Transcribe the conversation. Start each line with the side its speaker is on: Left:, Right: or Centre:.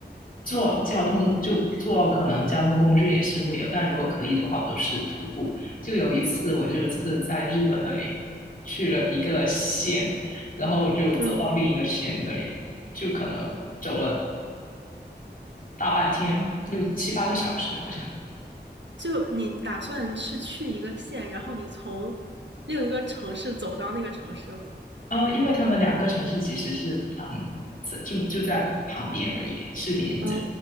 Left: 坐交通就坐可能交通工具也是会有，但如果可以的话，我都是徒步。就有一次我就是在日本那里去了一个县，然后就走到另一个县那里，
Right: 嗯，
Left: 就可能走了大半天，六七八个小时好像。
Right: 就你打算是去一个县，然后你从另一个城市走到那个城市了。
Left: 呃，因为他们两个城市其实是嗯，在就就在旁边而已，是连着
Right: 哦